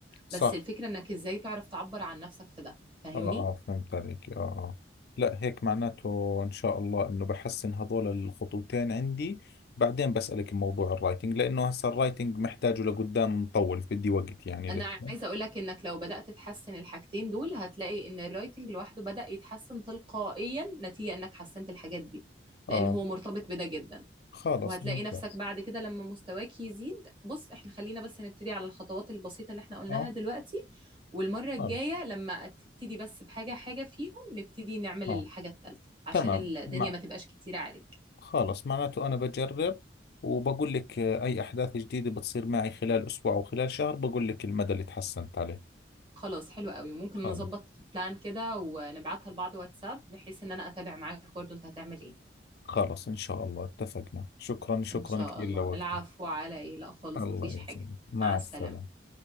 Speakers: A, on the left; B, on the right.
A: صح
B: بس الفكرة انك ازاي تعرف تعبر عن نفسك في ده فاهمني
A: اه اه فهمت عليك اه اه لا هيك معناته ان شاء الله انه بحسن هذول الخطوتين عندي بعدين بسألك موضوع الرايتنج لانه هسه الرايتنج محتاجه لقدام مطول بدي وقت يعني
B: انا
A: لسه
B: عايزه اقول لك انك لو بدات تحسن الحاجتين دول هتلاقي ان الرايتنج لوحده بدا يتحسن تلقائيا نتيجه انك حسنت الحاجات دي
A: اه
B: لان هو مرتبط بده جدا
A: خلص
B: وهتلاقي
A: ممتاز
B: نفسك بعد كده لما مستواك يزيد بص احنا خلينا بس نبتدي على الخطوات البسيطه اللي احنا قلناها
A: اه
B: دلوقتي والمره الجايه
A: خلص
B: لما تبتدي بس بحاجه حاجه فيهم نبتدي نعمل
A: اه
B: الحاجه الثالثه عشان
A: تمام
B: الدنيا
A: مع
B: ما تبقاش كتيره عليك
A: خلص معناته انا بجرب وبقول لك آه، اي احداث جديدة بتصير معي خلال اسبوع او خلال شهر بقول لك المدى اللي تحسنت عليه
B: خلاص حلو قوي ممكن
A: خلص
B: نظبط بلان كده ونبعتها لبعض واتساب بحيث ان انا اتابع معاك برضو انت هتعمل ايه
A: خلص ان شاء الله اتفقنا شكرا شكرا
B: إن شاء
A: كثير
B: الله
A: لوقتك
B: العفو على إيه لا خالص
A: الله
B: مفيش
A: يسلمك
B: حاجة
A: مع
B: مع السلامة
A: السلامة